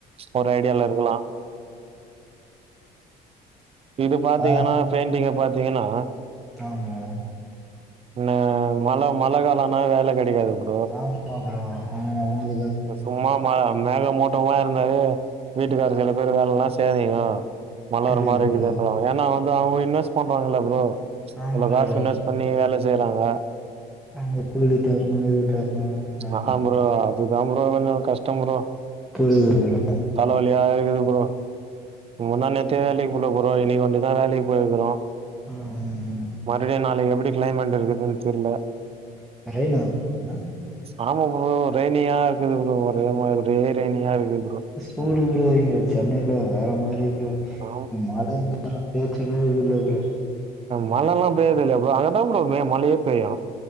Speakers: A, on the right; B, in the centre.
A: ஒரு ஐடியால இருக்கலா இது பாத்தீங்கனா
B: ஆ
A: பெயிண்டிங்க பாத்தீங்கனா
B: ஆ ப்ரோ
A: ன மழ மழ காலன்னா வேல கடைக்காது ப்ரோ
B: ஆமா ப்ரோ ம் உ
A: சும்மா மா மேக மூட் டுமா இருந்தாவே வீட்டுக்காரு சில பேர் வேல எல்லா செய்யாதீங்கோ மழ
B: புரியுது
A: வர மாரி
B: புரியுது
A: கீதுன்றாகோ ஏனா வந்து அவுங்க இன்வெஸ்ட் பண்றாங்கல்ல ப்ரோ
B: ஆமா
A: இவ்ளோ காஸ்
B: ப்ரோ
A: இன்வெஸ் பண்ணி வேல செய்றாங்க
B: அங்க கூலி தரணு இது தரணு ஆமா
A: ஆஹ ப்ரோ அது தா ப்ரோ கஷ்ட ப்ரோ
B: புரியுது ப்ரோ
A: தலைவலியா இருக்குது ப்ரோ முந்தா நேத்தே வேலைக்கு போல ப்ரோ இன்னக்கி ஓண்டி தா வேலைக் போயிகிறோ
B: ம் ம்ம்
A: மறுபடியு நாளைக்கி எப்டி கிளைமேட் இருக்குதுன் தெர்ல
B: <unintelligible>
A: ஆமா ப்ரோ ரெயிணியா இருக்குது ப்ரோ ஒரே ரெயிணியா இருக்குது ப்ரோ
B: மூடு ப்ரோ இங்க சென்னையில வேற மாரி ப்ரோ
A: ஆ
B: இங் மழங்கர பேச்சிகே வழி இல்ல ப்ரோ
A: மழமழலா பெய்யிது இல்ல ப்ரோ அங்கதா ப்ரோ மழையே பேயு